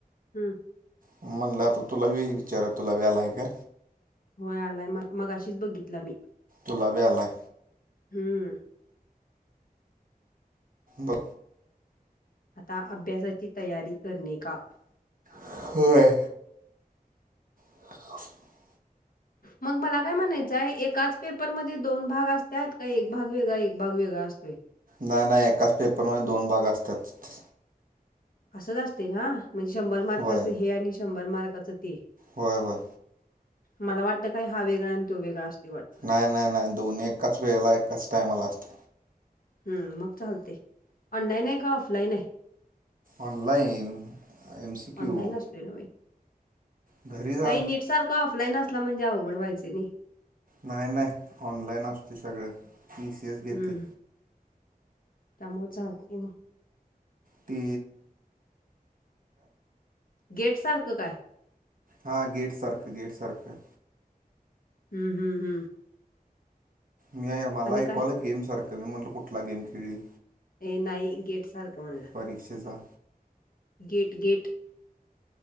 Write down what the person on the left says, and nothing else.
हम्म
होय आलाय मग मग अशीच बघितला मी
हम्म
आता अभ्यासाची तयारी करणे का
मग मला काय म्हणायचं आहे एकाच पेपरमध्येध्ये दोन भाग असतात का एक भाग वेगळा एक भाग वेगळा असतो
असंच असते ना म्हणजे शंभर मार्काचं
हे आणि शंभर मार्काचं ते
मला वाटतं काय हा वेगळा आणि तो वेगळा अस वाटत
हम्म मग चालते ऑनलाईन आहे का ऑफलाईन आहे
online
असतोय नाही
नीट सारखा ऑफलाईन असला म्हणजे अवघड व्हायच नाही
हम्म त्यामुळे चालते म
गेट सारखं काय?
हम हम हम.
काय
ए नाही गेट सारखं म्हणलं.
GATE GATE.